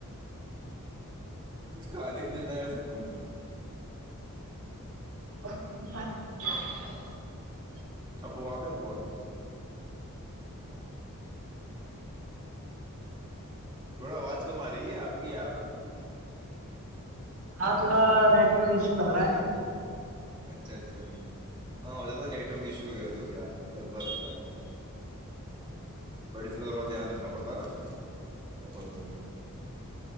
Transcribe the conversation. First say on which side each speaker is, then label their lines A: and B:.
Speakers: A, on the right; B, on the right.
A: کچھ کھانے نہیں دیتا یار سک ان سے
B: <inaudible>
A: آپواادے آپواے تھوڑا آواز کم آ رہی ہے آپ کی یار
B: ہاں تھوڑا نیٹورک ایشو لگ رہا ہے مے
A: اچھا اچھا ہاں ہو جاتا ہے نیٹ ورک ایشو وغیرہ تو کیا ہے چلتا رہتا ہے بڑی اس میں تھوڑا دھیان رکھنا پڑتا ہے نا اپن کو